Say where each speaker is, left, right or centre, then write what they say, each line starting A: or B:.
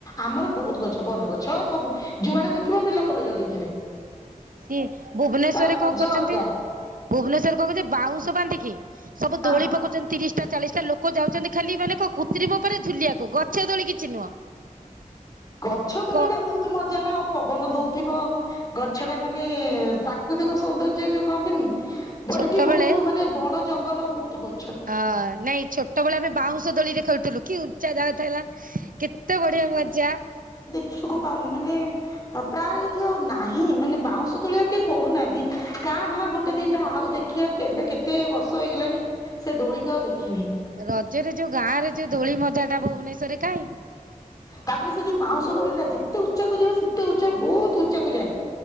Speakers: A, on the left; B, on the right.
A: ଆମର ବହୁତ ଗଛ ବର ଗଛ ସବୁ ଯୁଆଡେ ଦେଖିବ ପିଲା ଦୋଳି ଲଗେଇଥିବେ।
B: ଇଏ ଭୁବନେଶ୍ଵରରେ
A: ତାର ମଜା
B: କଣ କରୁଛନ୍ତି
A: ଅଲଗା
B: ଭୁବନେଶ୍ଵରରେ କଣ କରୁଛନ୍ତି ବାଉଁଶ ବାନ୍ଧିକି ସବୁ
A: ହଁ।
B: ଦୋଳି ପକଉଛନ୍ତି ତିରିଶ ତିରିଶିଟା ଚାଳିଶ ଟା ଲୋକ ଯାଉଛନ୍ତି ଖାଲି ମାନେ କଣ କୁତ୍ରିମ ଉପରେ ଝୁଲିବାକୁ ଗଛ ତୋଳିି କିଛି ନୁହଁ।
A: ଗଛ ଦୋଳି
B: କ
A: ଟା ବହୁତ ମଜା ନା ଆଉ ପବନ ଦଉଥିବ ଗଛ ଟା ମାନେ ପ୍ରାକୃତିକ ସୌନ୍ଦର୍ଯ୍ୟ ଯୋଉ କହନ୍ତିନି
B: ଛୋଟବେଳେ
A: ଏଠି ବହୁତ ମାନେ ବଣ ଜଙ୍ଗଲ ବହୁତ ଗ
B: ଅ ନାଇଁ ଛୋଟବେଳେ ଆମେ ବାଉଁଶ ଦୋଳିରେ ଖେଳୁଥିଲୁ। କି ଉଚ୍ଚା ଜାଗା ଥିଲା କେତେ ବଢିଆ ମଜା।
A: <unintelligible> ପାଉନି ମାନେ ହଁ ପ୍ରାୟେ ଏଇଠି ଆଉ ନାହିଁ ମାନେ ବାଉଁଶ ଦୋଳି ଆଉ କିଏ କରୁନାହାନ୍ତି କାଁ ଭା ଗୋଟେ ଦିଟା ଆଉ ଦେଖ ଏଠି ଆଉ କେବେ କେତେ ବର୍ଷ ହେଇଗଲାଣି ସେ ଦୋଳିିକି ଆଉ ଦେଖିନି।
B: ରଜରେ ଯୋଉ ଗାଁ ରେ ଯୋଉ ଦୋଳି ମଜା ଟା ଭୁବନେଶ୍ୱର ରେ କାାଇଁ।
A: ତାପରେ ସେ ଯୋଉଁ ବାଉଁଶ ଦୋଳିଟା ଯେତେ ଉଚ୍ଚାକୁ ଯିବ ସେତେ ଉଚ୍ଚା ବହୁତ ଉଚ୍ଚାକୁ ଯାଏ।